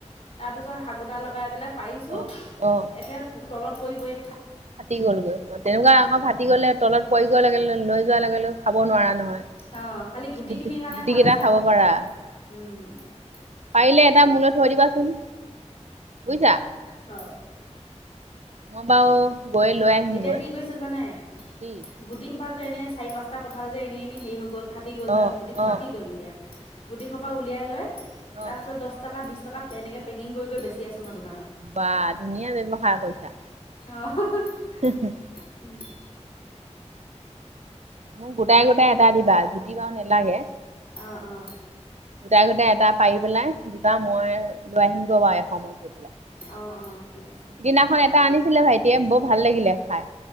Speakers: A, on the left; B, on the right.
A: তাৰপিছত হাগোটা লগাই পেলাই পাৰিছোঁ,
B: অ' অ'।
A: একে তলত পৰিবই
B: ফাটি গলগৈ অ, তেনেকুৱা আকৌ ফাটি গ'লে তলত পৰি গোৱা লেে লৈ যোৱা লে লগেও খাব নোৱাৰা নহয়
A: অ', খালি গুটিখিনিৰ
B: গুটি
A: কাৰণে
B: গুটিকেইটা
A: ভাল হৈছে
B: খাব
A: আহ
B: পাৰা। পাৰিলে এটা মূলৈ থৈ দিবাচোন বুজিছা
A: অ',
B: মই বাৰু, গৈ লৈ আহিম
A: এতিয়া
B: গৈ
A: কি কৰিছে জানে
B: কি
A: গুটি খোপা যে এনে চাৰি পাঁচটা কঠাল যে এনেইনেই হেৰি হৈ গ'ল, ফাটি গ'ল হয়
B: অ',
A: গুটি খোপা
B: অ'।
A: কি
B: অ',
A: কৰিম দিয়া গুটিখৰ পৰা উলিয়াই লয়
B: অ',
A: তাৰপিছত দহ টকা বিছ টকা এনেকৈ, পেকিং কৰি বেচি আছোঁ মই দোকানত
B: বা ধুনীয়া ব্যৱহাৰ কৰিছা
A: অহ,
B: <inaudible>
A: <unintelligible>
B: মোক গোটাই গোটাই এটা দিবা গুটিবা নালাগে।
A: অ অ।
B: গোটাই গোটাই এটা পাৰি পেলাই দিবা মই লৈ আহিমগৈ বাৰু এ সময়ত গৈ পেলাই।
A: অ অ ঠিক আছে।
B: সিদিনাখন এটা আনিছিলে ভাইটিয়ে বৰ ভাল লাগিলে খাই।